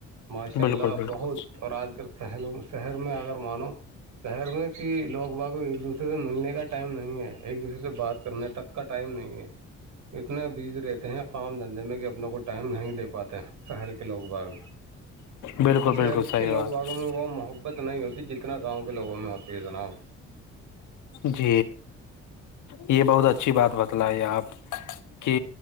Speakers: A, on the right (about 70°); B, on the left (about 75°).
A: ماشاء
B: بالکل
A: اللہ
B: بالکل
A: بہت اور آج کل شہر میں اگر مانو شہر میں کہ لوگ باگ ایک دوسرے سے ملنے کا ٹائم نہیں ہے ایک دوسرے سے بات کرنے تک کا ٹائم نہیں ہے اتنے بزی رہتے ہیں کام دھندے میں کہ اپنے کو ٹائم نہیں دے پاتے ہیں شہر کے لوگ باغ
B: بالکل
A: اور
B: بالکل
A: شہر
B: صحیح
A: کے لوگ
B: بات
A: باغوں میں وہ محبت نہیں ہوتی کتنا گاؤں کے لوگوں میں ہوتی ہے جناب
B: ج یہ بہت اچھی بات بتلاے آپ کہ